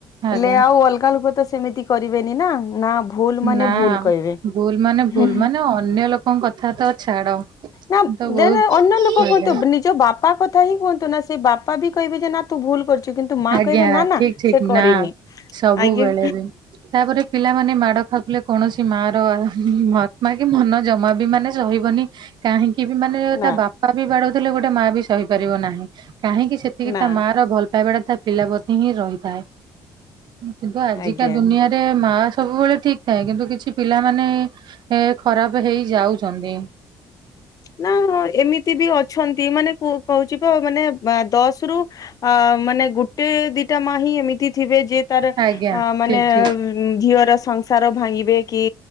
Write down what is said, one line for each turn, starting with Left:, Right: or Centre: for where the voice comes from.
Left: ହେଲେ
Right: ଆଜ୍ଞା।
Left: ଆଉ ଅଲଗା ଲୋକ ତ ସେମିତି କରିବେନି ନା। ନା ଭୁଲ ମାନେ
Right: ନା
Left: ଭୁଲ କହିବେ।
Right: ଭୁଲ୍ ମାନେ ଭୁଲ୍
Left: ହୁଁ ହୁଁ
Right: ମାନେ ଅନ୍ୟ ଲୋକଙ୍କ କଥା ତ ଛାଡ
Left: ନା
Right: ତ ବହୁତ
Left: ଦେ ଅନ୍ୟ ଲୋକ
Right: ଆଜ୍ଞା
Left: କୁହନ୍ତୁ ନିଜ ବାପା କଥା ହିଁ କୁହନ୍ତୁ ନା ସେଇ ବାପା ବି କହିବେ ଯେ ନା ତୁ ଭୁଲ କରିଚୁ। କିନ୍ତୁ ମା
Right: ଆଜ୍ଞା
Left: କହିବେ ନା ନା
Right: ଠିକ ଠିକ
Left: ସେ କରିନି
Right: ନା ସବୁବେଳେ
Left: ଆଜ୍ଞା।
Right: ବି ତାପରେ ପିଲାମାନେ ମାଡ଼ ଖାଉଥିଲେ କୌଣସି ମା ର ମହାତ୍ମା କି ମନ ଜମା ବି ମାନେ ସହିବନି କାହିଁକି କି ମାନେ
Left: ନା
Right: ତା ବାପା ବି ବାଡଉଥିଲେ ଗୋଟେ ମା ବି ସହିପାରିବ ନାହିଁ କାହିଁକି ସେତିକି
Left: ନା
Right: ତା ମା ର ଭଲ ପାଇବାଟା ତା ପିଲା ପ୍ରତି ହିଁ ରହିଥାଏ। କିନ୍ତୁ ଆଜିକା
Left: ଆଜ୍ଞା
Right: ଦୁନିଆରେ ମା ସବୁବେଳେ ଠିକ ଥାଏ କିନ୍ତୁ କିଛି ପିଲାମାନେ ଏ ଖରାପ ହେଇ ଯାଉଛନ୍ତି।
Left: ନା ହଁ ଏମିତି ବି ଅଛନ୍ତି ମାନେ କ କହୁଛି ବା ମାନେ ଦଶ ମାନେ ଗୋଟେ ଦିଟା ମା ହିଁ ଏମିତି ଥିବେ ଯେ ତାର
Right: ଆଜ୍ଞା
Left: ମାନେ
Right: ଠିକ ଠିକ
Left: ଘିଅର ସଂସାର ଭାଙ୍ଗିବେ କି